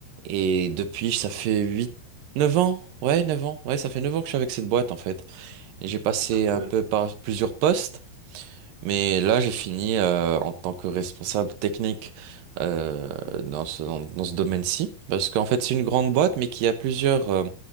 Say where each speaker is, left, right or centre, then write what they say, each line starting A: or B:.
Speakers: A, on the right; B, on the right.
A: Et depuis, ça fait 8, 9 ans. Ouais, 9 ans. Ouais, ça fait 9 ans que je suis avec cette boîte en fait. Et j'ai passé
B: Ah, pas
A: un
B: mal.
A: peu par plusieurs postes. Mais là, j'ai fini euh, en tant que responsable technique euh, dans ce, dans, dans ce domaine-ci. Parce qu'en fait, c'est une grande boîte, mais qui a plusieurs, euh,